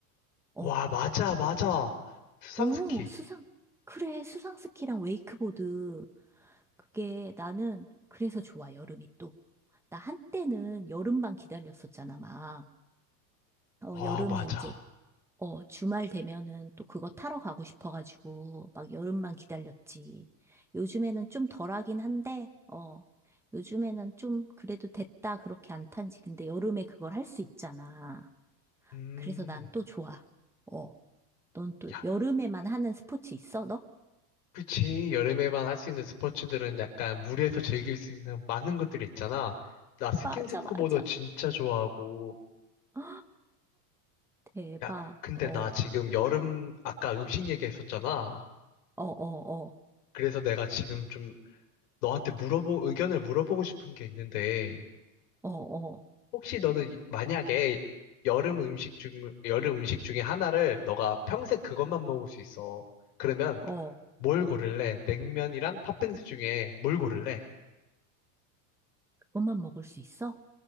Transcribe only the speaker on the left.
와, 맞아, 맞아. 수상스키.
와,
맞아.
음,
야,
그치. 여름에만 할 수 있는 스포츠들은 약간 물에서 즐길 수 있는 많은 것들이 있잖아. 나 스킨스쿠버도
진짜 좋아하고.
야, 근데
나
지금 여름, 아까 음식 얘기했었잖아.
그래서 내가 지금 좀 너한테 물어보, 의견을 물어보고 싶은 게 있는데,
혹시 너는 이- 만약에 여름 음식 중, 여름 음식 중에 하나를 너가 평생 그것만 먹을 수 있어. 그러면
뭘 고를래? 냉면이랑 팥빙수 중에 뭘 고를래?